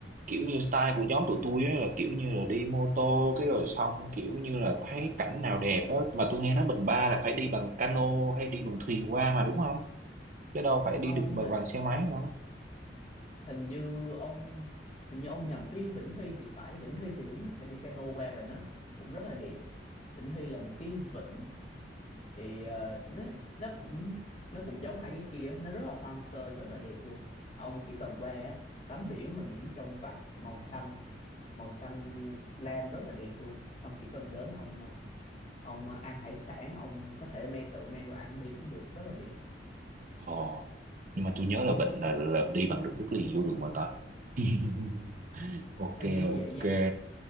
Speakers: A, on the right (about 45°); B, on the left (about 40°).
A: kiểu như style của nhóm tụi tôi á, là kiểu như là đi mô tô cái rồi xong kiểu như là thấy cảnh nào đẹp á mà tôi nghe nói Bình Ba là phải đi bằng cano hay đi bằng thuyền qua mà đúng không chứ đâu phải đi
B: không
A: được bằng, bằng xe máy đâu
B: hình như ông hình như ông nhầm với Vĩnh Hy thì phải Vĩnh Hy thì đúng là phải đi cano qua và nó cũng rất là đẹp Vĩnh Hy là một cái vịnh thì ờ, nó nó cũng nó cũng giống hai cái kia nó rất là hoang sơ rất là đẹp luôn ông chỉ cần qua á, tắm biển mà biển trong vắt màu xanh màu xanh lam rất là đẹp luôn ông chỉ cần đến ông ờ, ông ăn hải sản ông có thể me tự me đồ ăn đi cũng được rất là đẹp
A: ờ, nhưng mà tôi nhớ là Bình là, là đi bằng được đất liền vô được mà ta <laughs> ok
B: hình như
A: ok
B: vậy nha